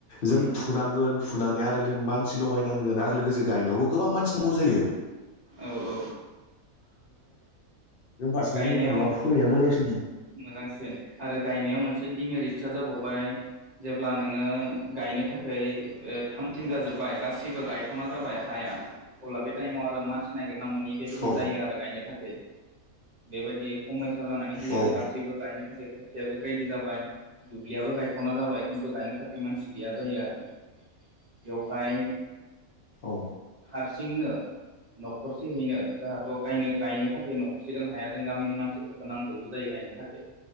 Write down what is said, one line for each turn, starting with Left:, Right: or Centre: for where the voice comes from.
Left: जों
Right: उम
Left: फुनांगोन फुनानै आरो
Right: उम
Left: जों मानसि लगाय नांगोन गायनायावबो गोबां मानसि नांगौ जायो।
Right: औ औ
Left: जों फारसें
Right: गायनायाव
Left: बुंनो थाङोब्ला फोनाया मोजांसि
Right: मोजांसिन आरो गायनायाव मोनसे दिडमेरिटसआ जाबावबाय। जेब्ला नोङो गायनो थाखाय थामथिं जाजोब खांबाय गासिबो गायथावना जाबाय हाया अब्ला बे टाइमाव आरो मानसि नागिरना मोनोनि बेबायदि
Left: औ
Right: जायो आरो गायनो थाखाय बेबायदि समयसा जानानै फैयो
Left: औ
Right: गासैबो गायनो थाखाय खोथि खोथियाबो रेडि जाबाय दुब्लियाबो गायथावना जाबाय खिन्थु गायनो थाखाय मानसि गैया जायो आरो। बेवहाय
Left: औ
Right: हारसिंनो न'खरसेयैनो जाहाथ' गायनो गायनो न'खरसे दं हाया जों गामिनि मानसिफोरखौ नांजोबगौ जायो गायनो थाखाय